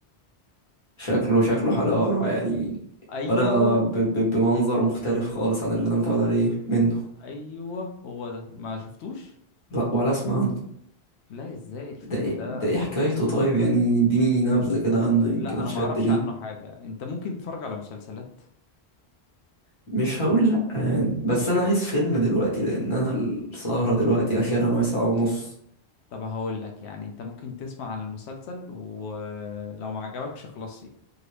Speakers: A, on the left; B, on the left.
A: شكله شكله حلقه قرع يعني
B: ايوه
A: ولا ب... ب... بمنظر مختلف خالص عن اللي انا متعود عليه منه
B: ايوه هو ده ما شفتوش
A: لا ولا اسمع عنه
B: لا ازاي الفيلم
A: ده ايه
B: ده
A: ده ايه حكايته طيب يعني اديني نبذه كده عنه يمكن
B: لا
A: اتشد
B: انا ما اعرفش
A: ليه
B: عنه حاجه انت ممكن تتفرج على مسلسلات
A: مش هقول لأ يعني بس أنا عايز فيلم دلوقتي لأن أنا السهرة دلوقتي آخرها معايا ساعة ونص
B: طب هقول لك يعني انت ممكن تسمع عن المسلسل ولو ما عجبكش خلاص سيبه